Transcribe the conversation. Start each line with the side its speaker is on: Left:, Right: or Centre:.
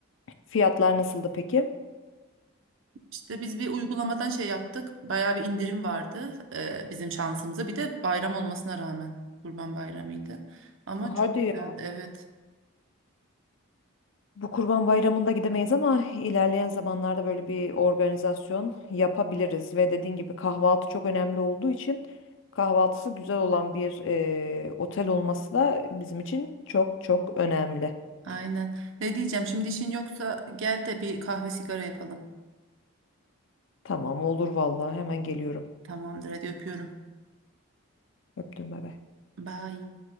Left: fiyatlar nasıldı peki?
Right: İşte biz bir uygulamadan şey yaptık. Bayağı bir indirim vardı e, bizim şansımıza. Bir de bayram olmasına rağmen. Kurban Bayramı'ydı. Ama çok
Left: Hadi
Right: güzeldi evet.
Left: Bu Kurban Bayramı'nda gidemeyiz ama ilerleyen zamanlarda böyle bir organizasyon yapabiliriz. Ve dediğin gibi kahvaltı çok önemli olduğu için kahvaltısı güzel olan bir eee, otel olması da bizim için çok çok önemli.
Right: Aynen. Ne diyeceğim şimdi işin yoksa gel de bir kahve sigara yapalım.
Left: Tamam olur vallahi hemen geliyorum.
Right: Tamamdır hadi öpüyorum.
Left: Öptüm bay bay.
Right: Bye.